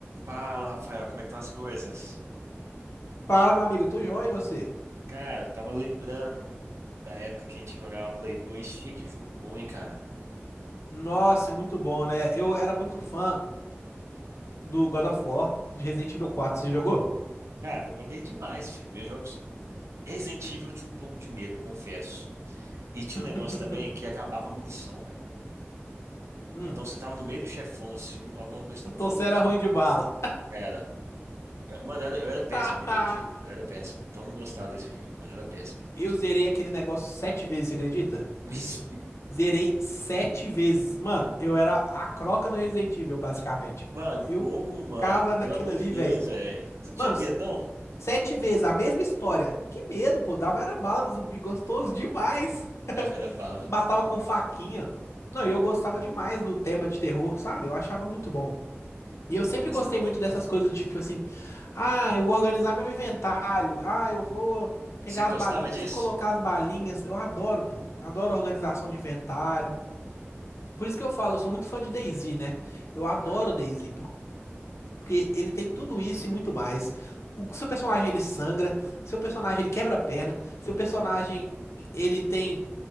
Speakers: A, on the right (about 75°); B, on the left (about 80°).
A: Fala, Rafael, como é que estão as coisas?
B: Fala, meu amigo, tô joia e você?
A: Cara, eu tava lembrando da época que a gente jogava Play 2, cheio de jogo bom, hein, cara?
B: Nossa, é muito bom, né? Eu era muito fã do God of War de Resident Evil quatro. Você jogou?
A: Cara, eu joguei demais, filho. Meus jogos Resident Evil eu tinha um pouco de medo, eu confesso. E tinha
B: <laughs>
A: um negócio também que acabava a munição, velho.
B: Hum,
A: Então você tava no meio do chefão, assim, alguma coisa tava
B: então
A: rolando.
B: você era ruim de bala.
A: Era. Mano, era- eu era
B: <laughs>
A: péssimo em Resident Evil, eu era péssimo. Então eu não gostava desse jogo, mano. Eu era péssimo em Resident
B: Eu
A: Evil.
B: zerei aquele negócio sete vezes, você acredita?
A: <laughs>
B: Zerei sete vezes. Mano, eu era a croca do Resident Evil, basicamente.
A: Mano,
B: Eu
A: como, mano?
B: ficava
A: Pelo
B: naquilo
A: amor
B: ali,
A: de Deus,
B: velho.
A: velho. Você não
B: Mano,
A: tinha medo,
B: s-
A: não?
B: sete vezes, a mesma história. Que medo, pô. Dava era bala no zumbi, gostoso demais.
A: Da velha bala.
B: matava
A: <laughs>
B: com faquinha. Não, e eu gostava demais do tema de terror, sabe? Eu achava muito bom. E
A: Eu
B: eu
A: não
B: sempre
A: gostava.
B: gostei muito dessas coisas de tipo assim, ah, eu vou organizar meu inventário, ah, eu vou pegar
A: Você gostava
B: as balinhas
A: disso?
B: e colocar as balinhas. Eu adoro, pô. Adoro organização de inventário. Por isso que eu falo, eu sou muito fã de DayZ, né? Eu adoro
A: Ah,
B: DayZ, porque ele tem tudo isso e muito mais. O seu personagem ele sangra, seu personagem ele quebra a perna, seu personagem ele tem